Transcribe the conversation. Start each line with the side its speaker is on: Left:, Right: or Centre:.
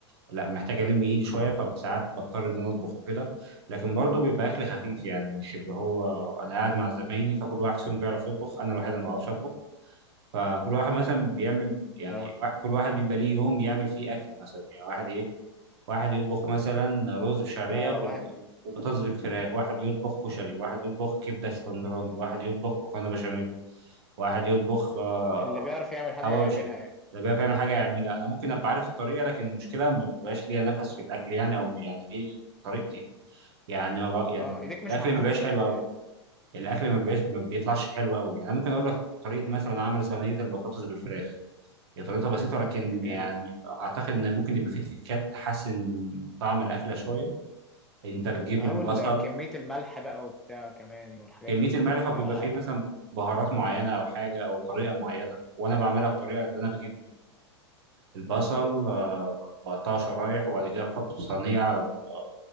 Right: لا محتاج الم ايدي شويه فساعات بضطر ان انا اطبخ وكده لكن برضه بيبقى اكل خفيف يعني مش اللي هو انا قاعد مع زمايلي فكل واحد فيهم بيعرف يطبخ انا الوحيد اللي ما بعرفش اطبخ فكل واحد مثلا بيعمل يعني
Centre: اه
Right: وا- كل واحد بيبقى ليه يوم يعمل فيه اكل مثلا يعني واحد ايه واحد يطبخ مثلا رز بشعريه
Centre: اه
Right: بال-
Centre: واحد
Right: وبطاطس بالفراخ واحد يطبخ كشري واحد يطبخ كبده اسكندراني واحد يطبخ مكرونه بشاميل واحد يطبخ آه،
Centre: اللي بيعرف يعمل حاجة
Right: حواوشي
Centre: يعملها يعني
Right: ده بقى فعلا حاجه يعملها انا ممكن ابقى عارف الطريقه لكن المشكله ما بيبقاش ليا نفس في الاكل يعني او ما- يعني ايه طريقتي يعني ما بق... يعني
Centre: اه ايديك
Right: الاكل
Centre: مش محطوطة
Right: ما بيبقاش
Centre: في
Right: حلو
Centre: الاكل
Right: قوي
Centre: يعني
Right: الاكل ما بيبقاش ما بيطلعش حلو قوي يعني أنا ممكن اقول لك طريقه
Centre: امم
Right: مثلا عمل صينيه البطاطس بالفراخ هي طريقتها بسيطه لكن
Centre: جامد
Right: يعني اعتقد ان ممكن يبقى فيه تريكات تحسن من طعم الاكله شويه انت بتجيب
Centre: اهو
Right: البصل
Centre: ال- كمية الملح بقى وبتاع كمان والحاجات
Right: كميه
Centre: دي
Right: الملح
Centre: بتبقى
Right: وبيبقى
Centre: ع-
Right: فيه مثلا بهارات معينه او حاجه او طريقه معينه وانا بعملها بطريقه اللي انا بجيب البصل آه، بقطعه شرايح وبعد كده بحطه في صينية على ال- آه،